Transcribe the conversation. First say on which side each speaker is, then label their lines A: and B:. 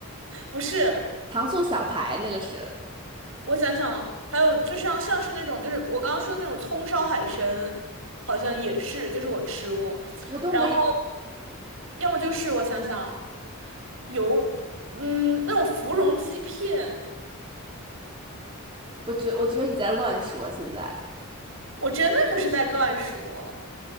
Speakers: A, on the right; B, on the right.
A: 不是，
B: 糖醋小排那个是，
A: 我想想啊，还有就像像是那种就是我刚刚说那种葱烧海参，好像也是，就是我吃过，
B: 我都没，
A: 然后要么就是我想想啊，有嗯那种芙蓉鸡片，
B: 我觉我觉得你在乱说，现在
A: 我真的不是在乱说。